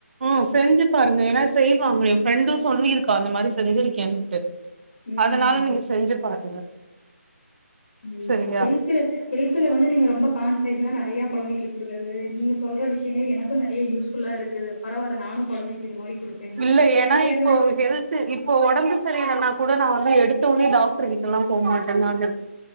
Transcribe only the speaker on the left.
ம்
ம்
உம்
ஹெல்த்ல ஹெல்த்ல வந்து நீங்க ரொம்ப கான்சன்ட்ரேஷன நறைய குழந்தைங்களுக்கு குடுக்குறது நீங்க சொல்ற விஷயங்கள் எனக்கு நிறைய யூஸ்புல்லா இருக்கு பரவால்ல நானு குழந்தைக்கு இது மாரி குடுப்பே இன்னு
வேற
ஏதாவது